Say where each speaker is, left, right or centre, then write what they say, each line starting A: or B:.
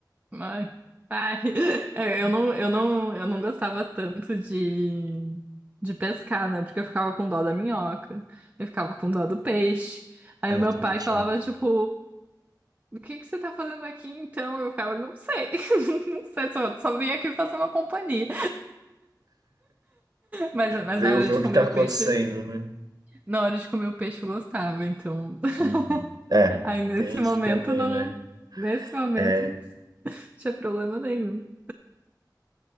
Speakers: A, on the right (about 20°); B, on the right (about 60°).
A: Ai, ai. <laughs> É, Eu não, eu não, eu não gostava tanto de, de pescar, né? Porque eu ficava com dó da minhoca, eu ficava com dó do peixe. Aí
B: Ah, Eu
A: o meu
B: também
A: pai
B: tinha.
A: falava, tipo, o que que você tá fazendo aqui então? Eu ficava, não sei, <laughs> não sei, só, só vim aqui fazer uma companhia. Mas, mas
B: Ver,
A: na
B: o-
A: hora
B: ver
A: de
B: o
A: comer
B: que tá acontecendo,
A: o peixe,
B: né?
A: na hora de comer o peixe eu gostava, então.
B: Uhum. É,
A: <laughs> Aí nesse
B: tem isso
A: momento
B: também,
A: não,
B: né?
A: nesse momento
B: É.
A: não tinha problema nenhum.